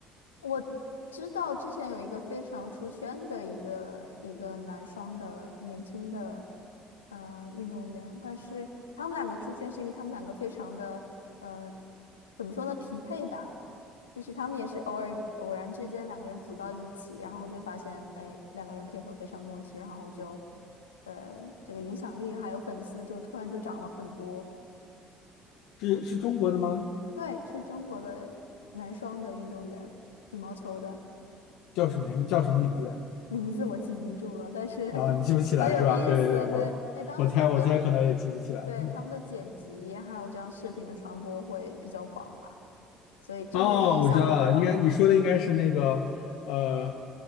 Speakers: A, on the left; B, on the left.
A: 我知道之前有一个非常出圈的一个一个男双的年轻的呃运动员，但是他们两个出圈是因为他们两个非常的呃怎么说呢匹配吧，就是他们也是偶尔偶然之间两个人组到一起，然后就发现哎两个人配合非常默契，然后就呃这个影响力还有粉丝就突然就涨了很多。
B: 是是中国的吗？
A: 对，是中国的男双的运动员，羽毛球的。
B: 叫什么呀叫什么名字呀？
A: 名字我记不住了，但是 <laughs>
B: 啊，你记不起来是吧？
A: 很有意思。
B: 对对对，我我猜我猜可能也记不起来。
A: 对，因为当时他们的对他们的剪辑还有这样视频的传播会比较广吧，所以正面的影响很高。
B: 哦，我知道了，应该你说的应该是那个呃